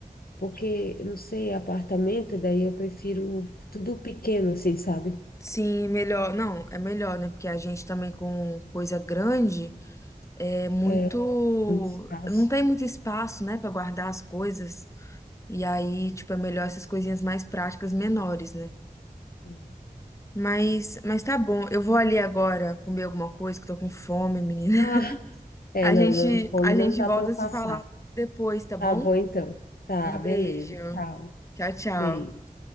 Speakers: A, on the left; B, on the left.
A: Porque, eu não sei, apartamento, daí eu prefiro tudo pequeno, assim, sabe?
B: Sim, melhor. Não, é melhor, né? Porque a gente também com coisa grande é muito.
A: É, um espaço.
B: Não tem muito espaço, né, Pra guardar as coisas. E aí, tipo, é melhor essas coisinhas mais práticas, menores, né?
A: É,
B: Mas,
A: tem que ser-
B: mas tá bom. Eu vou ali agora comer alguma coisa, que eu tô com fome, menina. <laughs>
A: Ah, é,
B: A
A: não,
B: gente,
A: não, fome
B: a gente
A: não dá
B: volta
A: para passar.
B: a se falar depois, tá
A: Tá
B: bom?
A: bom, então. Tá,
B: Um beijo.
A: beleza. Tchau.
B: Tchau, tchau.
A: Beijo.